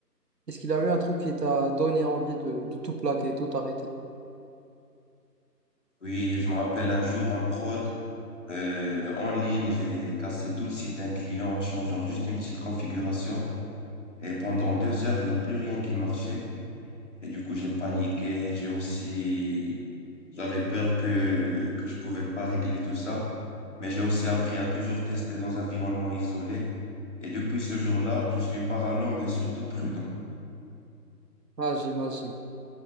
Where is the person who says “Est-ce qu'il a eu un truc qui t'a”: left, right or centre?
Right